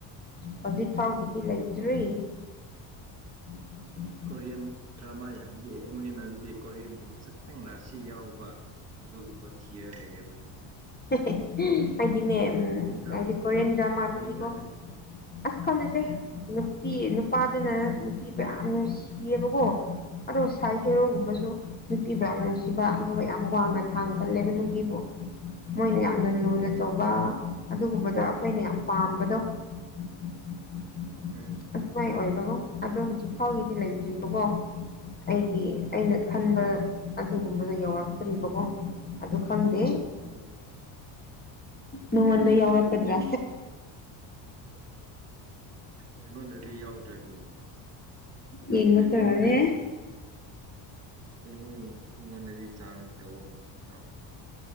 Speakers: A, on the left (about 20°); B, on the right (about 30°).
A: ꯍꯧꯖꯤꯛ ꯐꯥꯎꯒꯤꯗꯤ ꯂꯩꯇ꯭ꯔꯤ ꯎꯝ <inaudible>
B: ꯀꯣꯔꯤꯌꯥꯟ ꯗ꯭ꯔꯃꯥ ꯌꯥꯝ ꯌꯦꯛꯕꯅꯤꯅ ꯑꯗꯨꯗꯤ ꯀꯣꯔꯤꯌꯟꯒꯤ ꯃꯁꯛ ꯈꯤꯇꯪ ꯔꯥꯁꯤ ꯌꯥꯎꯕ ꯑꯗꯨꯒꯨꯝꯕ ꯊꯤꯔ ꯂꯩꯔꯦꯕ ꯅꯪꯁꯦ
A: <inaudible> ꯍꯥꯏꯗꯤꯅꯦ ꯎꯝ
B: ꯅꯠꯇ꯭ꯔꯥ
A: ꯍꯥꯏꯗꯤ ꯀꯣꯔꯤꯌꯟ ꯗ꯭ꯔꯃꯥꯗꯗꯤꯀꯣ
B: ꯆꯨꯝꯃꯦ ꯈꯣꯏꯅ
A: ꯑꯁ ꯈꯪꯗꯁꯦ
B: ꯎꯝ
A: ꯅꯨꯄꯤ ꯅꯨꯄꯥꯗꯨꯅ ꯅꯨꯄꯤꯕꯨ ꯌꯥꯝ ꯅꯨꯡꯁꯤꯌꯦꯕꯀꯣ ꯑꯗꯨꯒ ꯁꯥꯏ ꯍꯦꯔꯣꯒꯨꯝꯕꯁꯨ ꯅꯨꯄꯤꯕꯨ ꯌꯥꯝ ꯅꯨꯡꯁꯤꯕ ꯑꯗꯨꯒ ꯌꯥꯝ ꯋꯥꯡꯅ ꯊꯥꯡ ꯀꯜꯂꯦꯕ
B: ꯎꯝ
A: ꯅꯨꯄꯤꯕꯨ ꯃꯣꯏꯅ ꯌꯥꯝꯅ ꯂꯨꯅ ꯇꯧꯕ ꯑꯗꯨꯒꯨꯝꯕꯗꯣ ꯑꯩꯈꯣꯏꯅ ꯌꯥꯝ ꯄꯥꯝꯕꯗꯣ ꯎꯝ ꯎꯝ ꯎꯝ ꯎꯝ <inaudible>
B: ꯎꯝ <inaudible>
A: ꯑꯗꯨꯃꯥꯏꯅ ꯑꯣꯏꯕꯀꯣ ꯑꯗꯣ ꯍꯧꯖꯤꯛ ꯐꯥꯎꯒꯤꯗꯤ ꯂꯩꯇ꯭ꯔꯤꯕꯀꯣ ꯑꯩꯒꯤ ꯑꯩꯅ ꯈꯟꯕ ꯑꯗꯨꯒꯨꯝꯕꯗꯣ ꯌꯧꯔꯛꯇ꯭ꯔꯤꯕꯀꯣ ꯑꯗꯨ ꯈꯪꯗꯦ
B: ꯑꯣ
A: ꯅꯗ ꯌꯥꯎꯛꯗ꯭ꯔ
B: ꯍꯗꯤ ꯌꯥꯎꯗꯗꯤ ꯌꯥꯎ꯭ꯔꯗꯤ
A: ꯌꯦꯡꯕ ꯇꯥꯔꯦ
B: ꯏꯣꯟꯗꯤ ꯌꯦꯡꯉꯣ ꯌꯦꯡꯉꯣ ꯑꯩꯉꯣꯟꯗꯗꯤ ꯆꯥꯡ ꯇꯧꯕ ꯌꯥꯎꯅꯤ